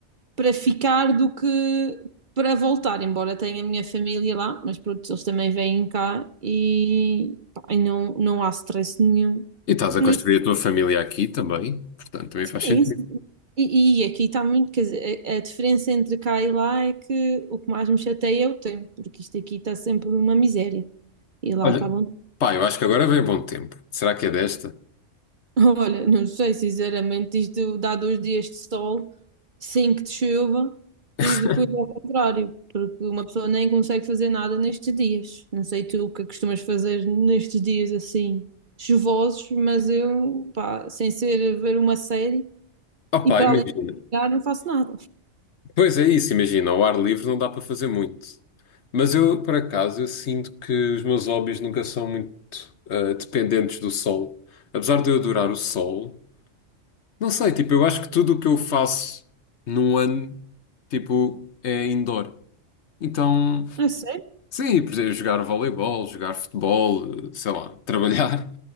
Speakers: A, on the right; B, on the left.
A: para ficar do que para voltar, embora tenha a minha família lá, mas pronto, eles também vêm cá e, pá, e não, não há stress nenhum.
B: E estás a
A: Nisso,
B: construir a tua família aqui também, portanto também
A: sim,
B: faz sentido.
A: E, e aqui está muito, quer dizer, a, a diferença entre cá e lá é que o que mais me chateia é o tempo, porque isto aqui está sempre uma miséria. E lá
B: Olha,
A: está bom. <laughs>
B: pá, eu acho que agora vem bom tempo. Será que é desta?
A: Olha, não sei, sinceramente, isto dá dois dias de sol, cinco de chuva
B: <laughs>
A: e depois ao contrário, porque uma pessoa nem consegue fazer nada nestes dias. Não sei tu o que costumas fazer nestes dias assim chuvosos, mas eu, pá, sem ser ver uma série
B: Oh,
A: e
B: pá,
A: para
B: imagina.
A: além de jogar, não faço nada.
B: Pois é isso, imagina, ao ar livre não dá para fazer muito. Mas eu, por acaso, eu sinto que os meus hobbies nunca são muito ah, dependentes do sol. Apesar de eu adorar o sol, não sei, tipo, eu acho que tudo o que eu faço num ano, tipo, é indoor. Então,
A: É sério?
B: sim, por exemplo, jogar voleibol, jogar futebol, eh, sei lá, trabalhar.